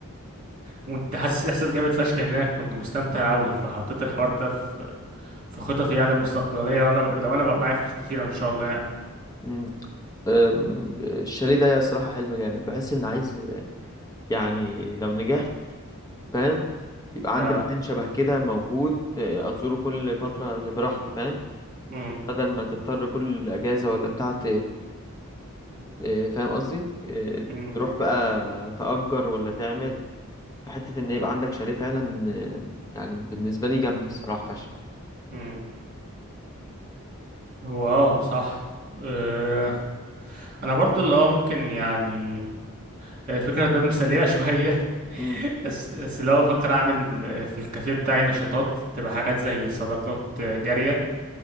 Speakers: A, on the right; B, on the left.
A: وانت حاسس احساس جامد فشخ هناك كنت مستمتع قوي فحطيت الحوار ده في في خططي يعني المستقبليه لو انا لو انا بقى معايا فلوس كتيره ان شاء الله يعني
B: أمم. أم، الشاليه ده صراحة حلم جامد بحس ان عايز يعني لو نجحت فاهم يبقى عندي
A: آه،
B: مكان شبه كده موجود آه، أزوره كل فترة براحتي فاهم
A: مم،
B: بدل ما تضطر كل أجازة ولا بتاعة إيه، فاهم قصدي إيه،
A: مم،
B: تروح بقى تأجر ولا تعمل فحتة ان يبقى عندك شاليه فعلا آه، يعني بالنسبة لي جامدة الصراحة فشخ
A: مم. هو اه صح آه، انا برضه اللي هو ممكن يعني آه، فكره بقى مثاليه <laughs> شويه
B: امم
A: بس بس لو بفكر اعمل آه، في الكافيه بتاعي نشاطات تبقى حاجات زي صدقات آه، جاريه